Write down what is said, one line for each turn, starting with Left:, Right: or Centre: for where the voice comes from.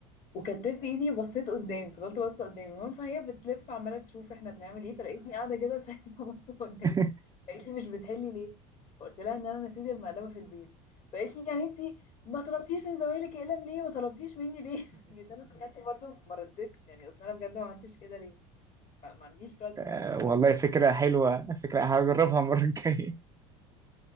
Left: وكتفت ايدي وبصيت قدامي فضلت باصه قدامي المهم فهي بتلف عماله تشوف احنا بنعمل ايه فلقيتني قاعده كده <laughs> ساكته باصه قدامي
Right: <laughs>
Left: فقالت لي مش بتحلي ليه فقلت لها ان انا نسيت المقلمه في البيت فقالت لي يعني انت ما طلبتيش من زمايلك اقلم ليه ما طلبتيش مني ليه <laughs> جيت انا فكرت برضه ما ردتش يعني اصل انا بجد ما عملتش كده ليه ما ما عنديش رد
Right: آه،
Left: يعني انت
Right: والله فكره حلوه فكره هجربها المره الجايه